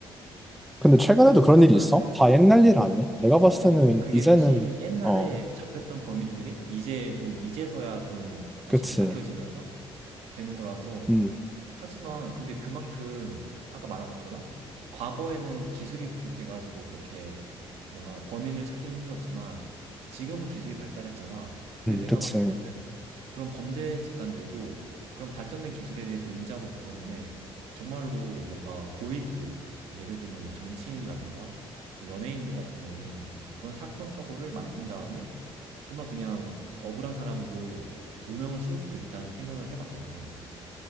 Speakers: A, in the centre; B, on the right.
A: 근데 최근에도
B: 그래서
A: 그런
B: 사실
A: 일이
B: 나는
A: 있어? 다 옛날 일 아니야? 내가 봤을
B: 어
A: 때는
B: 그게
A: 이제는
B: 사실 옛날에
A: 어
B: 잡혔던 범인들이 이제 좀 이제서야 좀 다시
A: 그치
B: 밝혀지면서 되는 거라서
A: 음나음
B: 하지만 근데 그만큼 아까 말한 것처럼 과거에는 기술이 부족해가지고 그렇게 뭔가 범인을 찾긴 힘들었지만 지금은 기술이 발달했잖아. 근데 내가
A: 그치
B: 봤을 때는 그런 범죄 집단들도 그런 발전된 기술에 대해서 인지하고 있기 때문에 정말로 뭔가 고위급, 예를 들면 뭐 정치인이라던가 그런 연예인들 같은 경우는 그런 사건, 사고를 만든 다음에 정말 그냥 억울한 사람으로 누명을 씌울 수도 있겠다는 생각을 해봤거든.